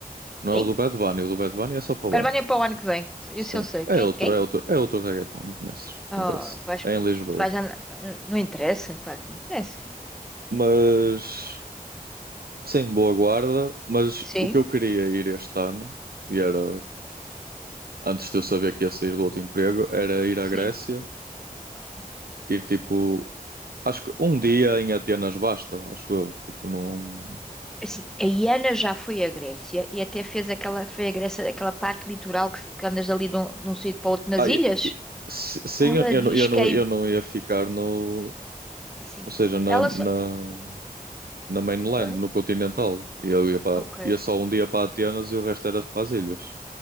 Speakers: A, on the right; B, in the centre.
A: Não
B: Quem?
A: é o do Bad Bunny, o do Bad Bunny é só para o
B: A Albânia
A: ano.
B: é para o ano que vem. Isso
A: Sim.
B: eu sei. Quem?
A: É outro,
B: Quem?
A: é outro, é outro reggaeton, não conheces.
B: Oh,
A: Não interessa.
B: tu vais...
A: É em Lisboa.
B: Tu vais já... na- Não interessa? Claro que interessa.
A: Mas sim, boa guarda. Mas
B: Sim,
A: o que eu queria ir este ano, e era antes de eu saber que ia sair do outro emprego, era ir à
B: sim.
A: Grécia,
B: Oh.
A: ir tipo, acho que um dia em Atenas basta, acho eu. Tipo, não
B: Assim, a Iana já foi à Grécia e até fez aquela... Foi à Grécia, aquela parte litoral que, que andas ali de um, de um sítio para outro nas
A: Ah, e-
B: ilhas.
A: e- se- sim,
B: Ela
A: eu, eu,
B: diz
A: não, eu, não,
B: que é...
A: eu não ia ficar no.
B: Assim,
A: Ou seja, na,
B: ela
A: na
B: só...
A: na mainland,
B: Hã?
A: no continental. E eu ia, para,
B: Ok.
A: ia só um dia para Atenas e o resto era para as ilhas.